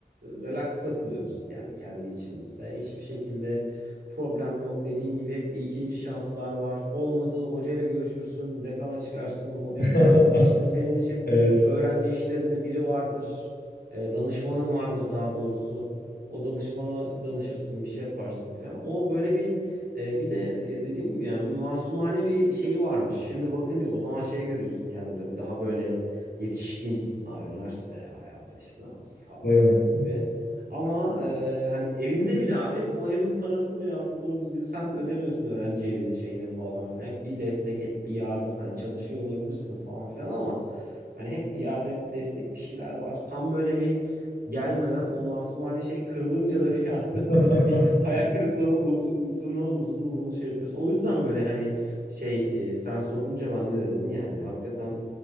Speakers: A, on the right; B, on the left.
A: relax takılıyoruz yani kendi içimizde. Hiçbir şekilde problem yok. Dediğin gibi hep bir ikinci şanslar var. Olmadı hocayla görüşürsün, dekana çıkarsın, onu
B: Ee,
A: yaparsın.
B: <laughs>
A: Bir işte senin için
B: Evet.
A: öğrenci işlerinde biri vardır. E, danışmanın vardır daha doğrusu. O danışmana danışırsın, bir şey yaparsın falan. O böyle bir ee, bir de e, dediğim gibi yani masumane bir şeyi varmış. Şimdi bakınca o zaman şey görüyorsun kendi tabii daha böyle yetişkin abi üniversite hayatı işte nasıl falan
B: Doğru.
A: filan gibi. Ama e, hani evinde bile abi o evin parasını bile aslında doğru düzgün sen ödemiyorsun öğrenci evinin şeyinin falan filan. Hep bir destek hep bir yardım hani çalışıyor olabilirsin falan filan ama hani hep bir yardım hep bir destek bir şeyler var. Tam böyle bir gelmeden o masumane şey kırılınca da bir anda
B: <laughs>
A: <laughs> böyle bir hayal kırıklığına uzun uzun uzun uzun şey yapıyorsun. O yüzden böyle hani şey e, sen sorunca ben de dedim yani hakikaten